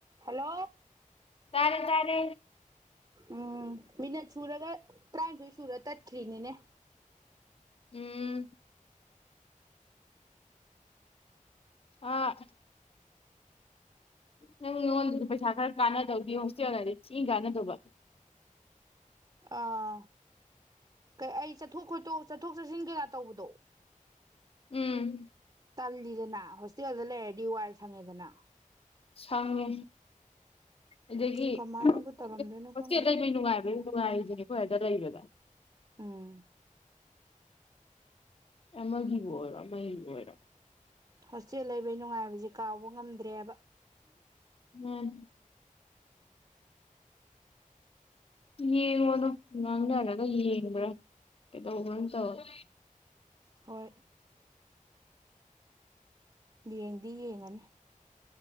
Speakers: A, on the right; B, on the left.
A: hello
B: ꯇꯥꯔꯦ ꯇꯥꯔꯦ
A: ꯎꯝ ꯃꯤꯅꯠ ꯁꯨꯔꯒ ꯇꯔꯥꯅꯤꯊꯣꯏ ꯁꯨꯔ ꯇꯠꯈ꯭ꯔꯤꯅꯤꯅꯦ
B: ꯎꯝ ꯑ ꯅꯪ ꯅꯉꯣꯟꯗꯗꯤ ꯄꯩꯁꯥ ꯈꯔ ꯀꯥꯟꯅꯗꯧꯗꯤ ꯍꯣꯁꯇꯦꯜꯗꯗꯤ ꯊꯤꯅ ꯀꯥꯟꯅꯗꯧꯕ
A: ꯑꯥ ꯀꯩ ꯑꯩ ꯆꯠꯊꯣꯛ ꯈꯣꯠꯇꯣꯛ ꯆꯠꯊꯣꯛ ꯆꯠꯁꯤꯟ ꯀꯩꯀꯥ ꯇꯧꯕꯗꯣ
B: ꯎꯝ
A: ꯇꯜꯂꯤꯗꯅ ꯍꯣꯁꯇꯦꯜꯗ ꯂꯩꯔꯗꯤ ꯋꯥꯏ ꯁꯪꯉꯦꯗꯅ
B: ꯁꯪꯉꯦ ꯑꯗꯒꯤ
A: ꯀꯃꯥꯏꯅꯕꯨ
B: ꯍꯣꯁꯇꯦꯠ
A: ꯇꯧꯔꯝꯗꯣꯏꯅꯣ ꯈꯪꯗꯦ
B: ꯂꯩꯕꯩ ꯅꯨꯡꯉꯥꯏꯕꯩ ꯅꯨꯡꯉꯥꯏꯔꯤꯗꯨꯅꯦ ꯑꯩꯈꯣꯏ ꯑꯗ ꯂꯩꯕꯗ
A: ꯎꯝ
B: ꯑꯃꯒꯤꯕꯨ ꯑꯣꯏꯔꯣ ꯑꯃꯒꯤꯕꯨ ꯑꯣꯏꯔꯣ
A: ꯍꯣꯁꯇꯦꯜ ꯂꯩꯕꯩ ꯅꯨꯡꯉꯥꯏꯕꯁꯦ ꯀꯥꯎꯕ ꯉꯝꯗ꯭ꯔꯦꯕ
B: ꯃꯥꯅꯤ ꯌꯦꯡꯉꯣꯗꯣ ꯉꯥꯡꯅꯔꯒ ꯌꯦꯡꯕ꯭ꯔꯥ ꯀꯩꯗꯧꯕ꯭ꯔꯥ ꯇꯧꯔꯣ
A: ꯍꯣꯏ ꯌꯦꯡꯗꯤ ꯌꯦꯡꯉꯅꯤ